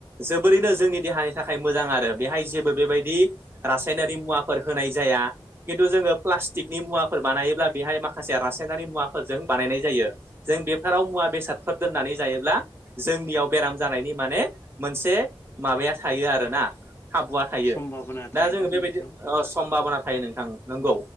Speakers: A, on the right; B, on the left.
A: जोबोरैनो जोंनि देहानि थाखाय मोजां आरो बेहाय जेबो बेबायदि रासायनारि मुवाफोर होनाय जाया। खिन्थु जोङो प्लास्टिकनि मुवाफोर बानायोब्ला बेहाय माखासे रासायनारि मुवाफोरजों बानायनाय जायो। जों बेफोराव मुवा बेसादफोर दोननानै जायोब्ला जोंनियाव बेराम जानायनि माने मोनसे माबाया थायो आरोना खाबुआ। थायो
B: सम्भाबना
A: दा
B: थायोना
A: जोङो बेबायदि
B: नोंथां
A: सम्भाबना थायो नोंथां। नंगौ